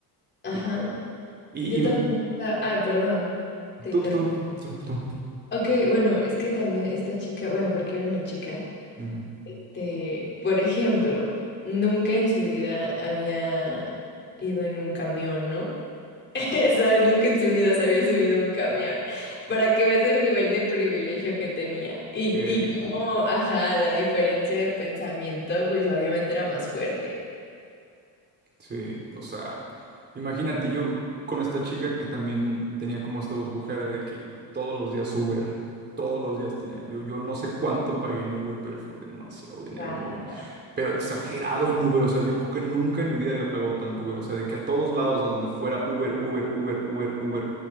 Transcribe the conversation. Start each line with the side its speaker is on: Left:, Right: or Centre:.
Left: Ajá.
Right: ¿Quién era ella? Y,
Left: Yo
Right: y
Left: también.
Right: me,
Left: está- Ay, perdón, te
Right: tú,
Left: interrumpo.
Right: tú, tú, tú, tú,
Left: Ok, bueno, es que también esta chica, bueno, porque era una chica,
Right: ujú,
Left: este, por ejemplo, nunca en su vida había ido en un camión, ¿no? <laughs> ¿Sabes? Nunca en su vida se había subido a un camión. Para que veas el nivel de privilegio que tenía. Y,
Right: Heavy.
Left: y cómo, ajá, la diferencia de pensamiento, pues obviamente era más fuerte.
Right: Sí, o sea, imagínate yo con esta chica que también tenía como esta burbujera de que todos los días Uber, todos los días tenía, yo, yo no sé cuánto pagué en Uber, pero fue demasiado dinero
Left: Wow.
Right: en Uber, pero exagerado en Uber, o sea, yo creo que nunca en mi vida había pagado tanto Uber, o sea, de que a todos lados, a donde fuera Uber, Uber, Uber, Uber, Uber,